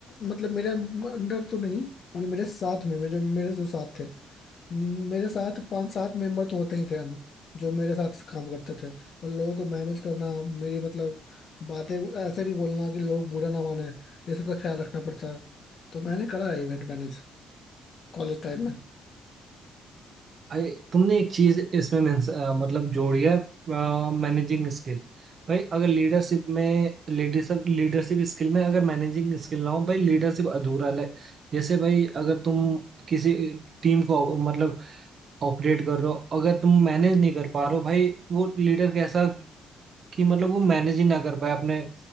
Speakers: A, on the left (about 55°); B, on the right (about 50°).
A: मतलब मेरे अंदर तो नहीं ये मेरे साथ में मेरे मेरे जो साथ थे मेरे साथ पांच सात मेंबर तो होते ही थे अन- जो मेरे साथ काम करते थे और लोगों को मैनेज करना मेरी मतलब बातें ऐसे भी बोलना कि लोग बुरा ना माने ये सब का ख्याल रखना पड़ता है तो मैंने करा है इवेंट मैनेज कॉलेज टाइम में
B: अरे तुमने एक चीज इसमें मेंस- अ, मतलब जोड़ी है मैनेजिंग स्किल भाई अगर लीडरशिप में लीडरशिप लीडरशिप स्किल में अगर मैनेजिंग स्किल ना हो भाई लीडरशिप अधूरा है जैसे भाई अगर तुम किसी टीम को ओ- मतलब ऑपरेट कर रहे हो अगर तुम मैनेज नहीं कर पा रहे हो भाई वो लीडर कैसा कि मतलब वो मैनेज ही ना कर पाए अपने